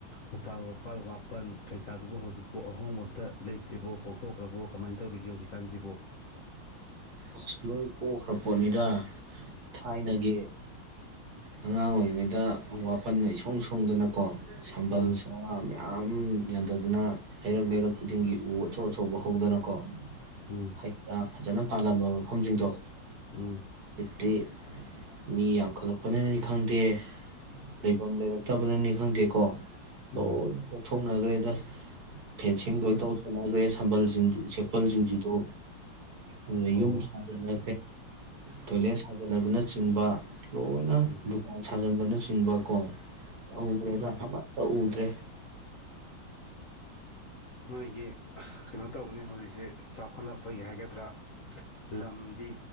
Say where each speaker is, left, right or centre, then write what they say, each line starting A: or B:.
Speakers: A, on the left (about 80°); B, on the right (about 55°).
A: ꯎꯄꯥꯜ ꯋꯥꯄꯥꯜ ꯋꯥꯄꯜ ꯀꯩꯀꯥꯗꯨꯕꯨ ꯍꯧꯖꯤꯛꯄꯨ ꯑꯍꯣꯡꯕ ꯑꯝꯇ ꯂꯩꯇ꯭ꯔꯤꯕꯣ ꯀꯣꯛꯊꯣꯛꯈ꯭ꯔꯕꯣ ꯀꯃꯥꯏꯅ ꯇꯧꯔꯤꯒꯦ ꯍꯧꯖꯤꯛꯀꯥꯟꯁꯤꯕꯣ
B: ꯑꯁ ꯂꯣꯏ ꯀꯣꯛꯈ꯭ꯔ ꯄꯣꯠꯅꯤꯗ ꯊꯥꯏꯅꯒꯤ ꯑꯉꯥꯡ ꯑꯣꯏꯔꯤꯉꯩꯗ ꯋꯥꯄꯜ ꯏꯁꯣꯡ ꯁꯣꯡꯗꯅꯀꯣ ꯁꯕꯥꯜꯁ
A: ꯎꯝ
B: ꯌꯥꯝ ꯌꯥꯟꯊꯗꯅ ꯂꯩꯔꯛ ꯂꯩꯔꯛ ꯈꯨꯗꯤꯡꯒꯤ ꯎ ꯑꯆꯧ ꯑꯆꯧꯕ ꯍꯧꯗꯅꯀꯣ
A: ꯎꯝ
B: ꯍꯥꯏꯀ ꯐꯖꯅ ꯄꯥꯜꯂꯝꯕ ꯃꯐꯝꯁꯤꯡꯗꯣ
A: ꯎꯝ
B: ꯑꯗꯤ ꯃꯤ ꯌꯥꯝꯈꯠꯂꯛꯄꯅꯅꯤ ꯈꯪꯗꯦ ꯂꯩꯐꯝ ꯂꯩꯔꯛꯇꯕꯅꯅꯤ ꯈꯪꯗꯦꯀꯣ
A: ꯎꯝ
B: ꯑꯣ ꯍꯧꯣꯡꯅꯈ꯭ꯔꯦꯗ ꯐꯦꯟꯁꯤꯡ ꯂꯣꯏꯅ ꯇꯧ ꯆꯠꯂꯈ꯭ꯔꯦ ꯊꯝꯕꯜꯁꯤꯡꯗꯨ ꯁꯦꯛꯄꯜ ꯁꯤꯡꯖꯗꯣ ꯑꯗ
A: ꯑꯣ
B: ꯌꯨꯝ ꯁꯥꯖꯅ ꯇꯣꯏꯂꯦꯠ ꯁꯥꯖꯅꯕꯅꯆꯤꯡꯕ ꯂꯣꯏꯅ
A: ꯎꯝ
B: ꯗꯨꯀꯥꯟ ꯊꯥꯖꯟꯕꯅꯆꯤꯡꯕ ꯣ ꯎꯔꯦꯗ
A: ꯎꯝ
B: ꯑꯃ ꯇ ꯎꯗ꯭ꯔꯦ
A: ꯅꯣꯏꯒꯤ ꯀꯩꯅꯣ ꯇꯧꯕꯅꯤ ꯍꯧꯖꯤꯛꯁꯦ ꯆꯥꯎꯈꯠꯂꯛꯄꯒꯤ ꯍꯥꯏꯒꯗ꯭ꯔꯥ ꯂꯝꯗꯤ